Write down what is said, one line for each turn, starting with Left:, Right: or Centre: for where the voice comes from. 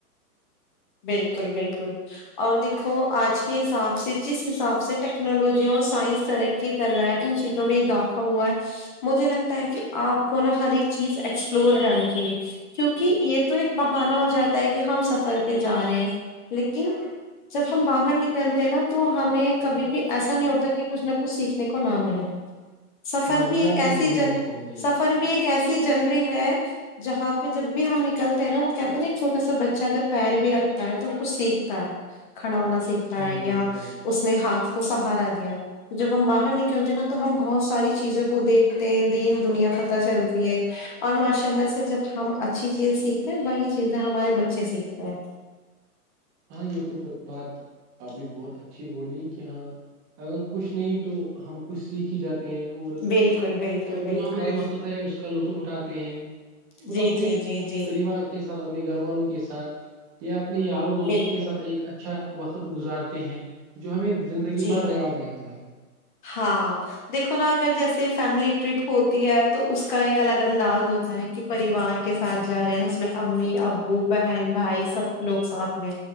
Left: بالکل بالکل اور دیکھو آج کے حساب سے جس حساب سے ٹیکنالوجی اور سائنس ترکی کر رہا ہے ان چیزوں میں اضافہ ہوا ہے مجھے لگتا ہے کہ آپ کو نا ہر ایک چیز ایکسپلور کرنی چاہیے کیونکہ یہ تو ایک بہانہ ہو جاتا ہے کہ ہم سفر پہ جا رہے ہیں لیکن جب ہم باہر نکلتے ہیں نا تو ہمیں کبھی بھی ایسا نہیں ہوتا کہ کچھ نہ کچھ سیکھنے کو نہ ملے سفر
Right: ہاں یہ
Left: بھی ایک
Right: آپ
Left: ایسی
Right: نے صحیح
Left: جن
Right: بات فرمائی
Left: سفر بھی ایک ایسی جنری ہے جہاں پہ جب بھی ہم نکلتے ہیں نا وہ کہتے ہیں نا ایک چھوٹا سا بچہ اگر پیر بھی رکھتا ہے تو وہ کچھ سیکھتا ہے کھڑا ہونا سیکھتا
Right: ہاں
Left: ہے یا
Right: وہ تو ہے
Left: اس اپنے ہاتھ کو سہارا دیا جب ہم باہر نکلتے ہیں نا تو ہم بہت ساری چیزوں کو دیکھتے ہیں دین دنیا پتہ چلتی ہے اور ماشاء اللہ سے جب ہم اچھی چیز سیکھتے ہیں وہی چیزیں ہمارے بچے سیکھتے ہیں
Right: ہاں یہ تو بات آپ نے بہت اچھی بولی کہ ہاں اگر کچھ نہیں تو ہم کچھ سیکھ ہی جاتے ہیں اور
Left: بالکل بالکل بالکل
Right: جو ہمارے وقت ہے اس کا لطف اٹھاتے ہیں اور
Left: جی
Right: اپنے
Left: جی جی جی
Right: پریوار کے ساتھ اپنے گھر والوں کے سات یا اپنے یاروں دوستوں
Left: بالکل
Right: کے سات ایک اچھا وقت گزارتے ہیں جو ہمیں زندگی
Left: جی
Right: بھر یاد رہتا ہے
Left: ہاں دیکھو نا اگر جیسے فیملی ٹرپ ہوتی ہے تو اس کا ایک الگ انداز ہوتا ہے کہ پریوار کے ساتھ جا رہے ہیں اس میں امی ابو بہن بھائی سب لوگ ساتھ میں